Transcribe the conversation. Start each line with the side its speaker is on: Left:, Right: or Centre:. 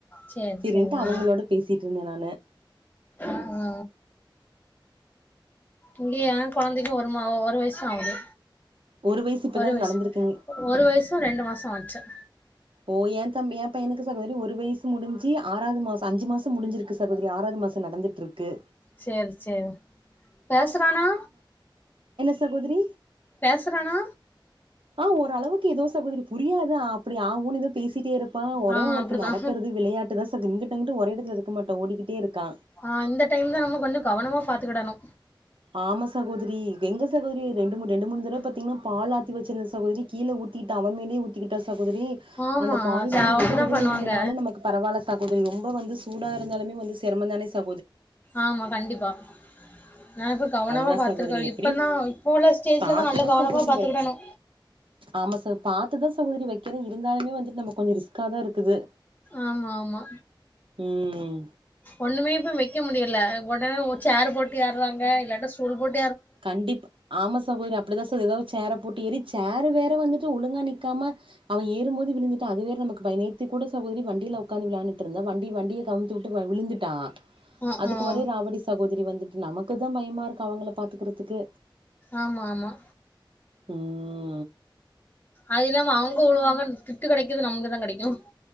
Left: சேரி
Right: செரின்ட்டு
Left: சேரி
Right: அவங்களோட
Left: ஆ
Right: பேசிட்ருந்த நானு
Left: ஆ ஆ இங்க ஏ கொழந்தைக்கு ஒரு மா ஒரு வயிசுதா ஆவுது
Right: ஒரு வயசு இப்பதான
Left: ஒரு வயிசு
Right: நடந்திருக்குங்
Left: ஒ ஒரு வயிசோ ரெண்டு மாசோ ஆயி ச்ச
Right: போ ஏன் தம்பி ஏம் ப்ப எனக்கு சகோதரி ஒரு வயிசு முடிஞ்சி ஆறாது மா ப்ப அஞ்சு மாசம் முடிஞ்சிருக்கு சகோதரி ஆறாது மாசோ நடந்துட்டுருக்கு
Left: சேரி சேரிவு பேசுறானா
Right: தகோதரி
Left: பேசுறானா
Right: ஆ ஒரளவுக்கு ஏதோ சகோதரி புரியாத்தா ஆ அப்டி ஆவு புனிதல் பேசிட்டே இருப்பா ஒரே
Left: ஆ
Right: வொர்க்
Left: அப்டிதா
Right: நடக்கறது விளையாட்டுதா ச ங்கிட் அங்கிட்டு ஒரே எடத்துல இருக்க மாட்ட ஓடிக்கிட்டே இருக்கா
Left: ஆ இந்த டைம்ல நம்ம கொஞ்சோ கவனமா பாத்துகிடணு
Right: ஆமா சகோதிரி கெங்க சகோதரி ரெண்டு மூணு ரெண்டு மூணு தரவ பாத்தீங்னா பாலத்தி வச்சிர்ந்த சகோதரி கீழ ஊ திட்டா அவ மேலயே ஊத்திக்கிட்டா ச சகோதரீ
Left: ஆமா
Right: அந்த பால்
Left: ச
Right: வந்து
Left: அப்டிதா
Right: வெதுவெதுன்னு
Left: பண்ணுவாங்க
Right: இருந்தனால நமக்கு பரவால சகோதரி ரொம்ப வந்து தூடா இருந்தாலுமே வந்து சிரமந்தானே ச
Left: ஆமா கண்டிப்பா நா இப்ப கவனமா
Right: அதுதா
Left: பாத்துருக்கே
Right: சகோதிரி எப்பிடியு
Left: இப்பதா இப்போ உள்ள ஸ்டேஜ்ல
Right: பாத்துதா
Left: தா நல்லா கவனமா
Right: சகோதரி
Left: பாத்துக்கிடணு
Right: வை ஆமா ச பாத்துதா சகோதரி வைக்கரே இருந்தாலுமே வந்துட் நம்ம கொஞ்சோ ரிஸ்காதா இரு குது
Left: ஆமா ஆமா
Right: ம்
Left: ஒண்ணுமேப்ப வைக்க முடியல ஒடனே ஒ சேர போட்டு ஏறுவாங்க இல்லாட்ட ஸ்டூல் போட்
Right: கண்டிப்ப ஆமா சகோதரி அப்டிதா சகோதரி எதாவது சேர போட் ட்டேரிச் சேரு வேற வந்துட்டு ஒழுங்கா நிக்காம அவ ஏறும்போது விழுந்துட்டா அது வேற நமக்கு பைய நேத்திக் கூட சகோதிரி வண்டில உக்காந்து விளையாண்ட்ருந்தா வண்டி வண்டிய கமுத்தி உட்டு வ விழுந்துட்டா
Left: ம்
Right: அதுக்கு
Left: ம்
Right: ஒரே ராவடி சகோ‌ திடீ வந்துட்டு நமக்குதா பயமா இருக்கு அவங்கள பாத்துக்குறதுக்கு
Left: ஆமா ஆமா
Right: ம்
Left: அதிள்யம் மா அவுங்க உழுவாங்கன் திட்டு கெடைக்குது நம்முக்குதா கெடைக்கு